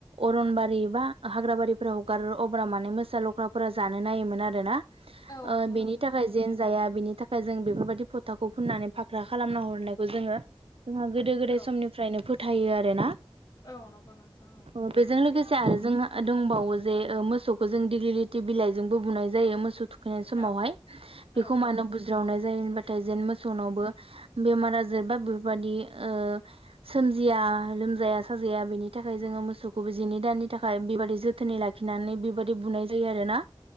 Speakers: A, on the right; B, on the left.
A: अरनबारि बा हाग्र बारिफोराव हगारो अब्ला माने मोसा लख्राफोरा जानो नायोमोन आरो ना
B: औ
A: ओ
B: नंगौ
A: बेनि
B: नोंथां
A: थाखाय
B: थारैनो
A: जेन जाया बेनि थाखाय जों बेफोरबायदि फथाखौ फुननानै फाख रा खालामना हरनायखौ जोङो जोंहा गोदो गोदाय
B: औ
A: समनिफ्रायनो फोथायो आरो ना
B: औ नंगौ नोंथां औ
A: अ बेजों लोगोसे
B: सैथो
A: आरो जोंहा दंबावो जे ओ मोसौ खौ जों दिग्लिटि बिलाइजोंबो बुनाय जायो मोसौ थुखैनाय समावहाय
B: औ औ
A: बेखौ
B: औ
A: मानो बुज्रावनाय जायो होनबाथाय जेन मोसौनावबो बेमार आजार बा बेफोरबादि ओ सोमजिया लोमजाया साजाया बेनि थाखाय जोङो मोसौखौबो जिनै दाननि थाखाय बेबादि जोथोनै लाखिनानै बेबायादि बुनाय जायो आरो ना।